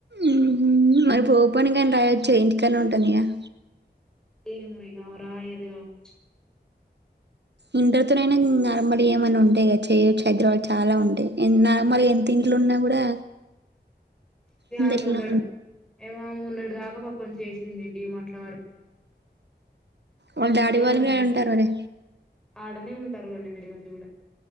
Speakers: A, on the right; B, in the centre.
A: ఉహు మరి ఇప్పుడు గానీ రాయొచ్చుగా ఇంటికాడనే ఉంటాంది కదా
B: ఏమో ఇగా ఆమె రాయాదు కావచ్చు
A: ఇంటర్ తో నైనా నార్మల్ ఏమన్నా ఉంటేయి కదా చేయొచ్చు హైదరాబాద్ చాలా ఉంటాయి నార్మల్ ఎంత ఇం లున్న కూడా
B: మీ నాన్
A: ఇంది ఎట్లా
B: మొన్నడు ఏమో మొన్నటిదాకా పాపం చేసింది డిమాట్లా వర్క్
A: వాళ్ళ డాడీ
B: హైమా
A: వాళ్ళు కూడా ఉంటారు మరి
B: ఆడనే ఉంటారు కథనే వాళ్ళు కూడా